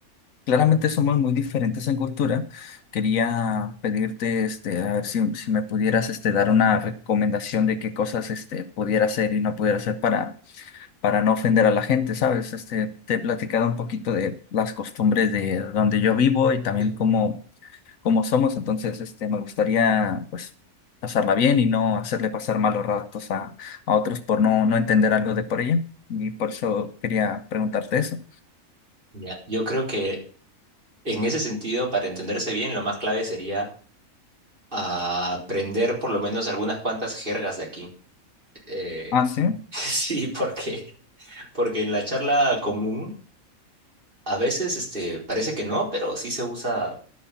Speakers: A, on the left; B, on the right.
A: Claramente somos muy diferentes en cultura. Quería pedirte, este, a ver si, si me pudieras, este, dar una recomendación de qué cosas, este, pudiera hacer y no pudiera hacer para, para no ofender a la gente, ¿sabes? Este, te he platicado un poquito de las costumbres de donde yo vivo y también
B: Sí.
A: cómo, cómo somos. Entonces, este, me gustaría, pues, pasarla bien y no hacerle pasar malos ratos a, a otros por no, no entender algo de por ella. Y por eso quería preguntarte eso.
B: Ya. Yo creo que en ese sentido, para entenderse bien, lo más clave sería aprender por lo menos algunas cuantas jergas de aquí. Eh,
A: Ah, sí,
B: <laughs> sí, porque, porque en la charla común a veces este, parece que no, pero sí se usa,